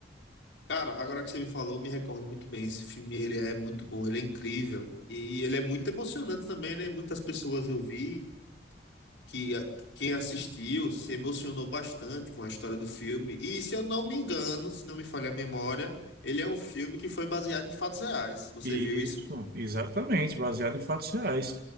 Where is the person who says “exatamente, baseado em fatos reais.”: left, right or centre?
Right